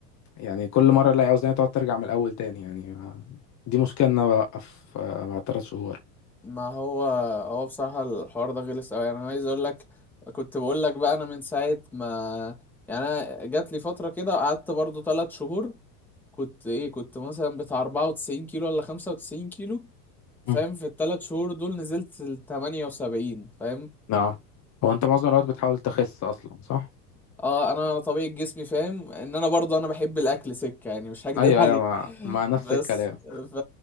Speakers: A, on the left; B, in the centre.
A: يعني كل مره الاقي اوزاني تقعد ترجع من الاول تاني يعني دي مشكله ان انا بوقف آه، بعد تلات شهور
B: ما هو هو بصراحه الحوار ده غلس قوي يعني انا عايز اقول لك كنت بقول لك بقى انا من ساعه ما يعني انا جات لي فتره كده قعدت برضو ثلاث شهور كنت ايه كنت مثلا بتاع 94 كيلو ولا 95 كيلو فاهم
A: مم.
B: في الثلاث شهور دول نزلت ل 78 فاهم
A: نعم هو انت معظم الوقت بتحاول تخس اصلا صح
B: اه انا طبيعة جسمي فاهم ان انا برضو انا بحب الاكل سكة يعني مش هكدب
A: ايوه
B: <laughs> عليك
A: ايوه ما, ما نفس
B: بس
A: الكلام
B: ف...